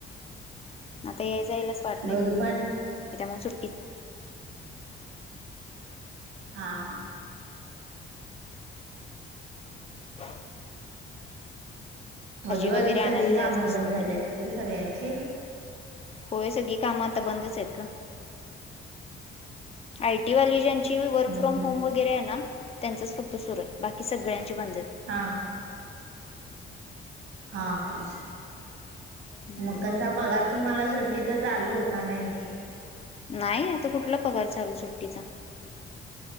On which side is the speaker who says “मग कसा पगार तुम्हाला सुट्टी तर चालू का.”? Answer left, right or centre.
Right